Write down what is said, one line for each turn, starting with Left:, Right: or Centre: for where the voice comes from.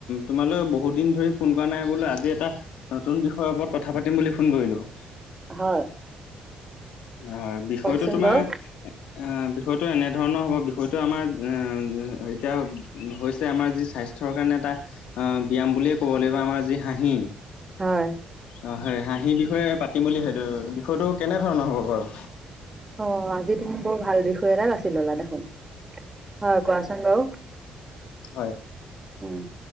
Left: তোমালৈ বহুত দিন ধৰি ফোন কৰা নাই বোলো আজি এটা নতুন বিষয়ৰ ওপৰত কথা পাতিম বুলি ফোন কৰিলো।
Right: হয়।
Left: হয় বিষয়টো
Right: কওকচোন
Left: তোমাৰ
Right: বাৰু
Left: আহ বিষয়টো এনেধৰণৰ হ'ব বিষয়টো আমাৰ এতিয়া হৈছে আমাৰ যি স্বাস্থ্যৰ কাৰণে এটা ব্যায়াম বুলিয়ে ক'ব লাগিব আমাৰ যি হাঁহি।
Right: হয়
Left: অ হয় হাঁহি বিষয়ে পাতিম বুলি ভাবিলো। বিষয়টো কেনেধৰণৰ হ'ব বাৰু?
Right: অ আজি তুমি বৰ ভাল বিষয় এটা বাচি ললা দেখোন। হয় কোৱাচোন বাৰু।
Left: হয়।
Right: উম